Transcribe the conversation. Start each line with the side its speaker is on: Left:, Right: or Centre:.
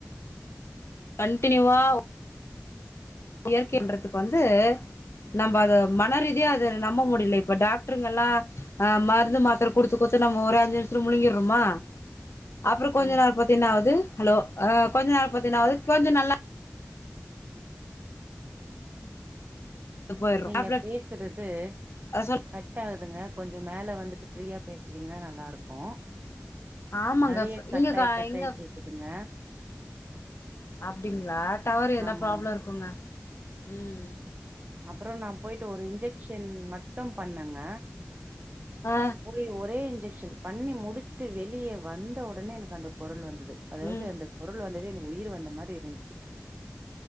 Left: கண்டினியூவா இயற்கை என்றது வந்து நம்ம அதை மனரீதியா அதை நம்ப முடியல இப்ப டாக்டருங்க எல்லாம் ஆ மருந்து மாத்திரை கொடுத்து கொடுத்து நம்ம ஒரு அஞ்சு நிமிஷத்துல முழுங்கிடுறோமா அப்புறம் கொஞ்சம்
Right: ம்
Left: நாள் பாத்தினா என்னாவுது ஹலோ அ கொஞ்சம் நாள் பாத்தினா என்னால வது கொஞ்சம் நல்லா போயிடுறோம்
Right: நீங்க
Left: டேப்லெட்
Right: பேசுறது
Left: சொல்
Right: கட் கட் ஆகுதுங்க கொஞ்ச மேல வந்துட்டு ஃப்ரீயா பேசுறீங்கன்னா நல்லா இருக்கும்
Left: ஆமாங்க
Right: நெறைய கட்டாகி
Left: இங்கக்கா
Right: கட்டாகி
Left: இங்க
Right: கேக்குதுங்க
Left: அப்டிங்களா டவர் ஏதென்னா
Right: ஆமாங்க
Left: ப்ராப்ளம் இருக்குங்க ம்
Right: அப்பற நா போயிட்டு ஒரு இன்ஜெக்ஷன் மட்டும் பண்ணங்க
Left: ஆ
Right: போய் ஒரே இன்ஜெக்ஷன் பண்ணி முடிச்சுட்டு வெளியே வந்த உடனே எனக்கு அந்த குரல் வந்தது அதாவது
Left: ம்
Right: அந்த குரல் வந்ததே எனக்கு உயிர் வந்த மாதிரி இருந்துச்சு